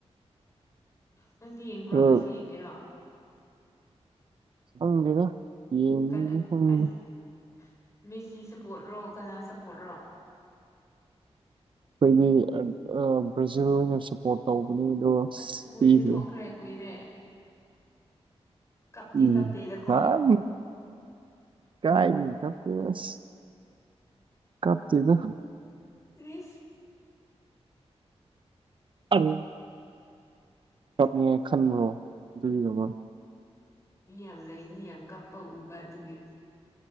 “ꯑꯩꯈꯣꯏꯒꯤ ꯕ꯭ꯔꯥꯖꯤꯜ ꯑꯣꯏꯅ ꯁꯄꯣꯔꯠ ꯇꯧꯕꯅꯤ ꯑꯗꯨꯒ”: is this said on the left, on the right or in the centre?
Right